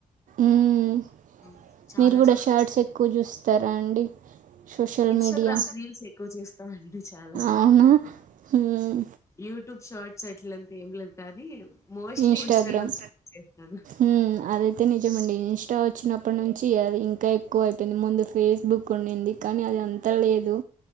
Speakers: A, on the right; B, on the left.
A: మ్
B: హ్మ్. చాలా
A: మీరు కూడా
B: చే
A: షర్ట్స్ ఎక్కువ చూస్తారా అండి సోషల్
B: ఇన్‌స్టాగ్రామ్
A: మీడియా
B: రీల్స్ ఎక్కువ చేస్తా అండి చాలా.
A: అవునా హ్మ్.
B: యూట్యూబ్ షార్ట్స్ అట్లంవి ఏం లేదు కానీ మోస్ట్లీ
A: ఇన్స్టాగ్రామ్
B: చేస్తాను
A: మ్ అదైతే నిజమండి ఇంస్టా వచ్చినప్పటి నుంచి అది ఇంకా ఎక్కువ అయిపోయింది ముందు ఫేస్బుక్ ఉండింది కానీ అది అంతా లేదు